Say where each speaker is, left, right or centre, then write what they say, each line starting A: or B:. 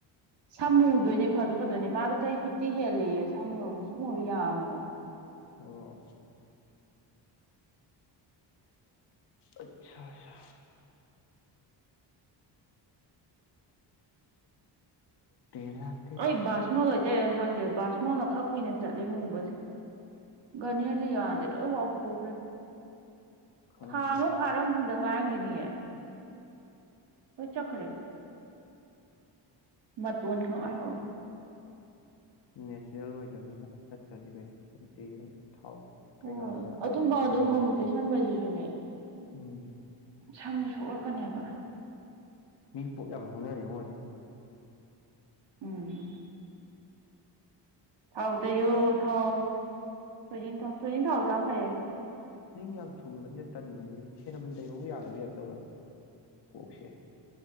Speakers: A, on the right (about 70°); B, on the left (about 65°).
A: ꯁꯝ ꯃꯨꯗꯣꯏꯅꯦ ꯐꯥꯖꯨ ꯐꯗꯣꯏꯅꯦ ꯃꯥꯗꯣ ꯆꯍꯤ ꯐꯤꯐꯇꯤ ꯍꯦꯜꯂꯦꯌꯦ ꯁꯝꯗꯣ ꯃꯨꯁꯨꯛ ꯃꯨꯔ ꯌꯥꯝꯃꯦꯕ
B: ꯑꯣ ꯑꯠꯁꯥ ꯁꯥ ꯇꯦ ꯂꯥꯥ
A: ꯑꯩ ꯕꯥꯁꯃꯣꯟ ꯑꯣꯏ ꯇꯩꯔ ꯈꯪꯗ꯭ꯔꯦ ꯕꯥꯁꯃꯣꯜꯅ ꯈꯔ ꯀꯨꯏꯅ ꯆꯠꯂꯦ ꯃꯨꯕꯁꯦ ꯒꯥꯅꯤꯌꯔꯗꯤ ꯌꯥꯗꯦ ꯂꯣꯏ ꯋꯥꯎꯊꯣꯛꯈ꯭ꯔꯦ
B: ꯈꯪꯗꯦꯅꯦ
A: ꯊꯥ ꯑꯃ ꯐꯥꯔꯝ ꯗ ꯉꯥꯏꯔꯝꯒꯤꯅꯤꯌꯦ ꯂꯣꯏ ꯆꯠꯈ꯭ꯔꯦ ꯃꯇꯣꯟ ꯈꯛ ꯉꯥꯏꯍꯧꯔꯦ
B: ꯅꯦꯆꯔꯦꯜ ꯑꯣꯏꯗꯕꯅꯤꯅ ꯆꯠꯇ꯭ꯔꯗꯤ ꯀꯩꯅꯣ ꯅꯨꯡꯇꯤꯒꯤ ꯑꯗꯨꯝ ꯊꯥꯎ ꯀꯩꯀꯥ
A: ꯍꯣꯏ ꯑꯗꯨꯝꯕ
B: ꯁꯤꯖꯤꯟꯅꯕꯅꯤ
A: ꯑꯗꯨꯝ ꯑꯃꯨꯛ ꯇꯩꯁꯟꯕꯖꯤꯖꯨꯅꯦ
B: ꯎꯝ
A: ꯁꯝ ꯁꯣꯛꯂꯛꯀꯅꯦꯕ
B: ꯃꯤ ꯄꯣꯠ ꯌꯥꯝ ꯍꯧꯅꯔꯦꯉꯣ ꯍꯧꯖꯤꯛ
A: ꯎꯝ ꯊꯥꯎ ꯇꯩꯌꫭ ꯊꯥꯎ ꯊꯣꯏꯗꯤꯡ ꯊꯥꯎ ꯊꯣꯏꯗꯤꯡ ꯊꯥꯎꯖꯨ ꯌꯥꯝ ꯐꯩꯌꯦ
B: ꯅꯤꯡ ꯌꯥꯝ ꯊꯨꯡꯕꯁꯤꯗ ꯇꯟꯕꯅꯤꯅꯦ ꯁꯦꯔꯝꯇꯩꯕꯐꯧ ꯌꯥꯗꯕꯤ ꯇꯥꯞ ꯇꯧꯏꯕ ꯀꯣꯛꯁꯦ